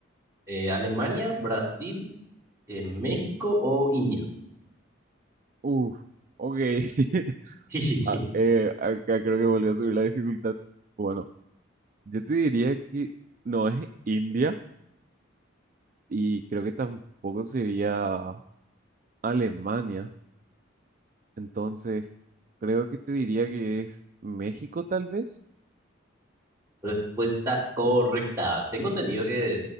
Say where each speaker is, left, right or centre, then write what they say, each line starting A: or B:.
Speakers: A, on the right; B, on the right.
A: Eh, Alemania, Brasil, eh, México o India.
B: Uf, ok. <laughs>
A: <laughs>
B: Ah, eh, acá creo que volvió a subir la dificultad. Bueno, yo te diría que no es India y creo que tampoco sería Alemania. Entonces, creo que te diría que es México, tal vez.
A: Respuesta correcta. Tengo entendido que